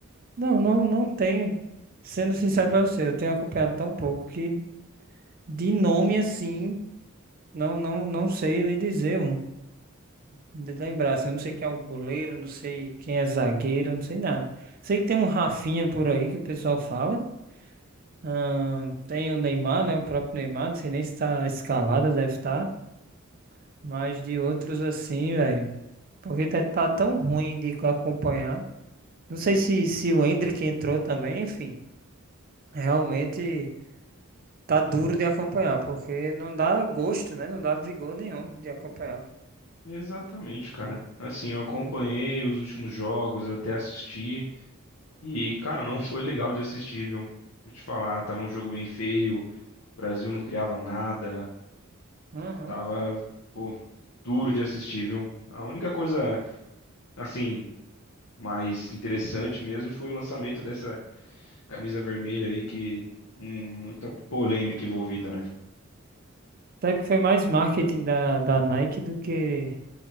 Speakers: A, on the right; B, on the left.
A: Não, não, não tenho. Sendo sincero pra você, eu tenho acompanhado tão pouco que de nome assim, não, não, não sei lhe dizer um. De lembrar, assim, eu não sei quem é o goleiro, não sei quem é zagueiro, não sei nada. Sei que tem um Rafinha por aí que o pessoal fala. Ahn, tem o Neymar, né? O próprio Neymar, não sei nem se tá escalado, deve estar. mas de outros assim, velho. Porque tá, tá tão ruim de acompanhar. Não sei se, se o Endrick entrou também, enfim. Realmente. Tá duro de acompanhar, porque não dá gosto, né? Não dá vigor nenhum de acompanhar.
B: Exatamente, cara. Assim, eu acompanhei os últimos jogos, eu até assisti. E, cara, não foi legal de assistir, viu? Vou te falar, tava um jogo bem feio, o Brasil não criava nada,
A: Uhum.
B: tava, pô, duro de assistir, viu? A única coisa, assim, mais interessante mesmo foi o lançamento dessa camisa vermelha aí, que hum, muita polêmica envolvida, né?
A: Sabe que foi mais marketing da, da Nike do que.